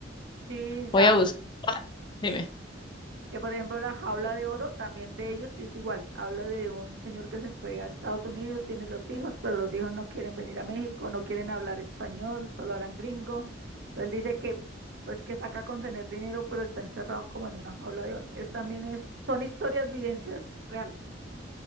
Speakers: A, on the right (about 60°); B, on the left (about 25°).
A: Sí, la,
B: Voy a buscar, dime.
A: Que por ejemplo la jaula de oro también de ellos sí es igual. Habla de un señor que se fue a Estados Unidos, tiene los hijos, pero los hijos no quieren venir a México, no quieren hablar español, solo hablan gringo. Entonces dice que pues que saca con tener dinero, pero está encerrado como en una jaula de oro. Es también es, son historias, vivencias reales.